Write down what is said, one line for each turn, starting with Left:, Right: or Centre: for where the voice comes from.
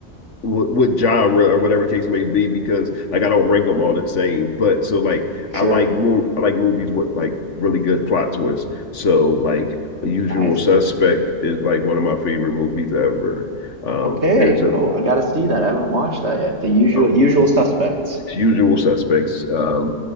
Left: what, what genre or whatever the case may be because like I don't rank them all the same. But so like
Right: Sure.
Left: I like more I like movies with like really good plot twists. So like Usual
Right: Nice.
Left: Suspect is like one of my favorite movies ever. Um,
Right: Okay.
Left: there's a,
Right: Oh, I gotta see that. I haven't watched that yet. The usual
Left: a
Right: usual suspects.
Left: Usual Suspects, um,